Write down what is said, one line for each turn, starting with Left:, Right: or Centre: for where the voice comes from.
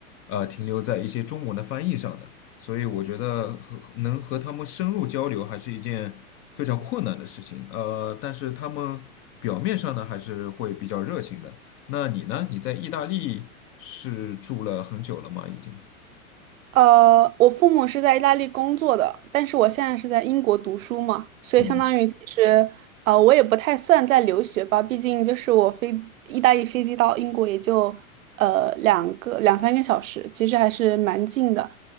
Left: 呃停留在一些中文的翻译上的。所以我觉得和能和他们深入交流还是一件非常困难的事情。呃，但是他们表面上呢还是会比较热情的。那你呢？你在意大利是住了很久了吗？已经。
Right: 呃，我父母是在意大利工作的，但是我现在是在英国读书嘛，所以相当于其实，
Left: 嗯。
Right: 呃，我也不太算在留学吧，毕竟就是我飞机，意大利飞机到英国也就呃两个两三个小时，其实还是蛮近的。